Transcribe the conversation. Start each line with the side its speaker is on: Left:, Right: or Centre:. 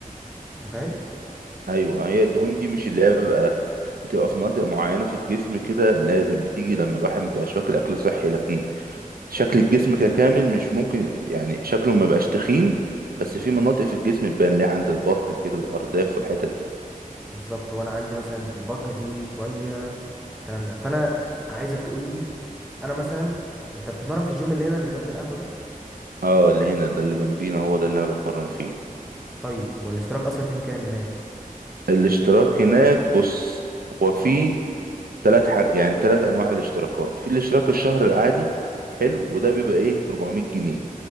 Centre: انت فاهم
Right: أيوة هي الدهون دي مش اللي هي بيبقى بتبقى في مناطق معينة في الجسم كده لازم بتيجي لما الواحد مبيبقاش واكل أكل صحي لكن شكل الجسم ككامل مش ممكن يعني شكله مبيبقاش تخين بس في مناطق في الجسم بتبان ليه عند البطن كده الأرداف والحتت دي
Centre: بالظبط وانا عندي مثلا في البطن فيه شويه الكلام ده فانا عايزك تقول لي انا مثلا انت بتتمرن في الجيم اللي هنا اللي جنب القهوه ده
Right: اه اللي هنا ده اللي جنبينا هو ده اللي أنا بتمرن فيه
Centre: طيب هو الاشتراك اصلا فيه بكام هناك
Right: الاشتراك هناك بص هو في ثلاث حاج... يعني ثلاث انواع الاشتراكات في الاشتراك الشهر العادي حلو وده بيبقى ايه ب 400 جنيه